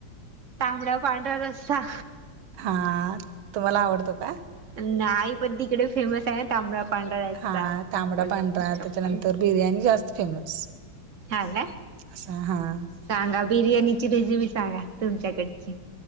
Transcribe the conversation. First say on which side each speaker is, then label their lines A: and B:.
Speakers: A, on the right (about 55°); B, on the right (about 70°).
A: तांबडा पांढरा रस्सा.
B: हा, तुम्हाला आवडतो का?
A: नाही, पण तिकडे फेमस आहे ना तांबड -पांढरा‌ रस्सा,
B: हां, तांबडा,
A: कोल्हापुरी
B: पांढरा
A: चप्पल.
B: त्याच्यानंतर बिर्याणी जास्त फेमस.
A: हा काय,
B: असा हां,
A: सांगा बिर्याणीची रेसिपी सांगा, तुमच्याकडची.